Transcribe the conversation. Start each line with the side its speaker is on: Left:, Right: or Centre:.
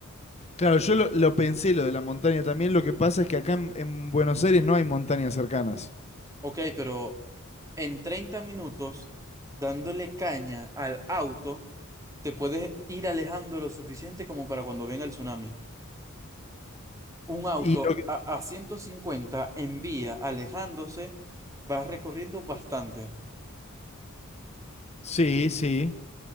Left: Claro, yo lo, lo pensé lo de la montaña también. Lo que pasa es que acá en, en Buenos Aires no hay montañas cercanas.
Right: Ok, pero en 30 minutos, dándole caña al auto, te puedes ir alejando lo suficiente como para cuando venga el tsunami. Un auto
Left: Y lo que-
Right: a, a 150 en vía, alejándose, va recorriendo bastante.
Left: Sí, sí.